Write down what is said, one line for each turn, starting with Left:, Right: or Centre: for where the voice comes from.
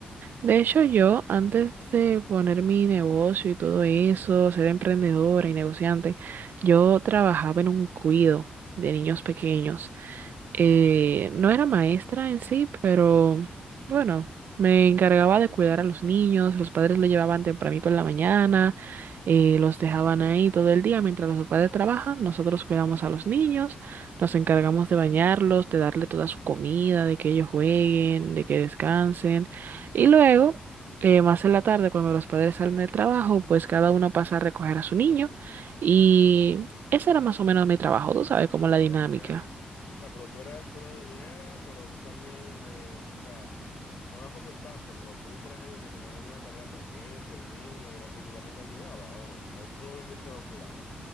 Right: De hecho, yo, antes de poner mi negocio y todo eso, ser emprendedora y negociante, yo trabajaba en un cuido de niños pequeños. eh, no era maestra en sí, pero bueno, me encargaba de cuidar a los niños, los padres lo llevaban tempranito en la mañana, eh, los dejaban ahí todo el día mientras los padres trabajan, nosotros cuidamos a los niños, nos encargamos de bañarlos, de darle toda su comida, de que ellos jueguen, de que descansen y luego... eh, más en la tarde, cuando los padres salen del trabajo, pues cada uno pasa a recoger a su niño y ese era más o menos mi trabajo, tú sabes, como la
Left: Ok.
Right: dinámica.
Left: O sea, pero tú eras una niñera, pero tú también le, o sea, no lo comentaste, pero tú, por ejemplo, si tenías alguna tarea pendiente, el niño, algo así, tú también lo ayudabas, ¿o no? O tú simplemente lo cuidabas.